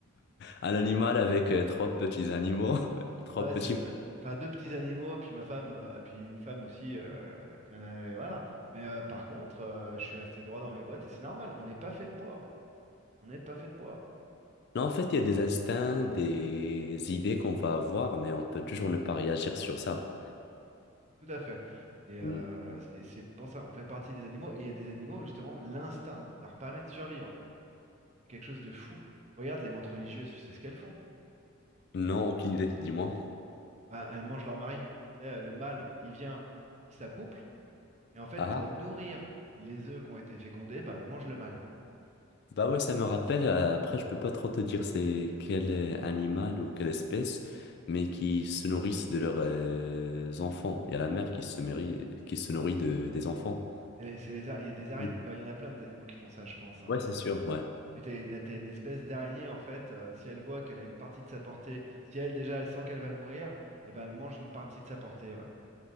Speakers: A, on the left (about 50°); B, on the right (about 35°).
A: un animal avec euh, trois petits animaux, <laughs> trois
B: Ouais,
A: petits.
B: c'est ça. Enfin, deux petits animaux, puis ma femme, euh, puis une femme aussi, euh, qui en a, voilà. Mais euh, par contre, euh, je suis resté droit dans mes bottes et c'est normal. On n'est pas fait de bois. On n'est pas fait de bois.
A: Non,
B: C'est
A: en fait, il y a des instincts, des idées qu'on va avoir, mais on peut toujours ne pas réagir sur ça.
B: Tout à fait. Et euh,
A: Mm.
B: c'est c'est pour ça, on fait partie des animaux. Et il y a des animaux, justement, l'instinct leur permet de survivre. C'est quelque chose de fou. Regarde les mantes religieuses, tu sais ce qu'elles font.
A: Non, aucune idée, dis-moi.
B: Bah, elles mangent leur mari. Tu sais, le mâle, il vient, il s'accouple. Et en fait,
A: Ah,
B: pour
A: ah.
B: nourrir les œufs qui ont été fécondés, bah, elles mangent le mâle.
A: bah ouais, ça me rappelle, euh, après, je peux pas trop te dire c'est quel euh, animal ou quelle espèce, mais qui se nourrissent de leurs euh, enfants. Il y a la mère qui se nourrit, qui se nourrit de, des enfants.
B: C'est- c'est les ar- Il y a des araignées,
A: Mm.
B: bah, il y en a plein des animaux qui font ça, je pense. hein.
A: Ouais, c'est sûr, ouais.
B: Mais t'as t'as- t'as une espèce d'araignée, en fait, euh, si elle voit qu'elle a une partie de sa portée, si elle déjà elle sent qu'elle va mourir, et ben elle mange une partie de sa portée, ouais.